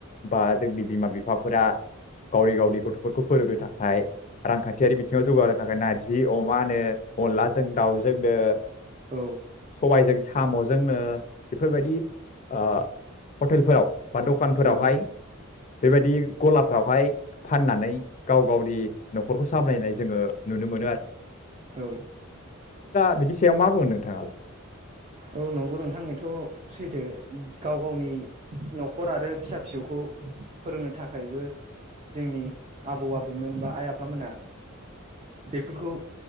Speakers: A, on the left; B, on the right.
A: बा जोंनि बिमा बिफाफोरा गावनि गावनि गथ'फोरखौ खौ फोरोंनो थाखाय रांखान्थियारि बिथिङाव जौगाहो थाखाय नारजि अ मा होनो अनलाजों दाउजोंनो
B: औ
A: सबाइजों साम जोंनो बेफोरबायदि ओ हटेलफोराव बा दखानफोरावहाय
B: औ
A: बेबायदि गलाफ्रावहाय फाननानै गाव गावनि न'खरखौ सामलायनाय जोङो नुनो मोनो आर
B: औ
A: बिनि सायाव मा बुंगोन नोंथाङालाय
B: औ नंगौ नोंथांनिथ' सैथो गाव गावनि न'खर आरो फिसा फिसौखौ फोरोंनो थाखायबो जोंनि आबौ आबैमोन बा आइ आफामोना बेफोरखौ